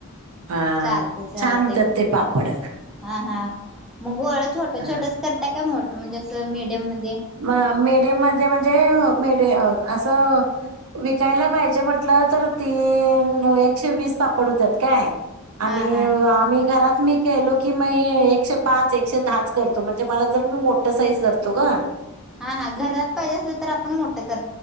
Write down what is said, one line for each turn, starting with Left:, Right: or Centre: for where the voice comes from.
Right: हा
Centre: चालतंय चालतंय
Right: छान होत्यात ते पापड
Centre: हा हा मग वळ छोट
Right: हा.
Centre: छोटा करताय मो म्हणजे असं मिडीयम मध्ये.
Right: म मे ड म म्हणजे अस विकायला पाहिजे म्हंटलं तर ते, एकशे वीस पापड होतत काय,
Centre: हा
Right: आणि
Centre: हा
Right: आम्ही घरात मी केलो की मी एकशे पाच एकशे दहाच करतो, म्हणजे मला जर खूप मोठा साइज धरतो गं
Centre: हा हा घरात पाहिजे असल तर आपण मोठ